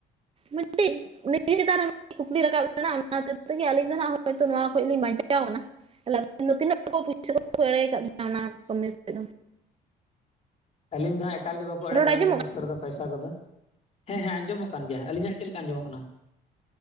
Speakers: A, on the right; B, on the left.
A: ᱢᱤᱫᱴᱤᱡ ᱩᱱᱤ ᱪᱮᱛᱟᱱ ᱨᱮ ᱠᱩᱠᱞᱤ ᱨᱟᱠᱟᱵ ᱞᱮᱱᱟ ᱚᱱᱟ ᱠᱷᱟᱹᱛᱤᱨ ᱛᱮᱜᱮ ᱟᱹᱞᱤᱧ ᱫᱚ ᱦᱟᱸᱜ ᱦᱚᱭᱛᱚ ᱱᱚᱣᱟ ᱠᱷᱚᱡ ᱞᱤᱧ ᱵᱟᱧᱪᱟᱣ ᱠᱟᱱᱟ ᱛᱟᱦᱞᱮ ᱟᱹᱵᱤᱱ ᱫᱚ ᱛᱤᱱᱟᱹᱜ ᱯᱩᱭᱥᱟ ᱠᱚ ᱮᱲᱮ ᱠᱟᱜ ᱵᱤᱱᱟ ᱚᱱᱟ ᱠᱟᱹᱢᱤ ᱛᱮᱫᱚ?
B: ᱟᱹᱞᱤᱧ ᱫᱚ ᱦᱟᱸᱜ ᱮᱠᱟᱞ ᱜᱮ ᱵᱟᱠᱚ ᱮᱲᱮ
A: ᱨᱚᱲ
B: ᱫᱟᱲᱮ
A: ᱟᱸᱡᱚᱢᱚᱜ
B: ᱟᱹᱞᱤᱧᱟ ᱩᱥᱟᱹᱨᱟ ᱫᱚ ᱯᱟᱭᱥᱟ ᱠᱚᱫᱚ᱾ ᱦᱮᱸ ᱦᱮ ᱟᱸᱡᱚᱢᱚᱜ ᱠᱟᱱ ᱜᱮᱭᱟ ᱟᱹᱞᱤᱧᱟᱜ ᱪᱮᱫ ᱞᱮᱠᱟ ᱟᱸᱡᱚᱢᱚᱜ ᱠᱟᱱᱟ?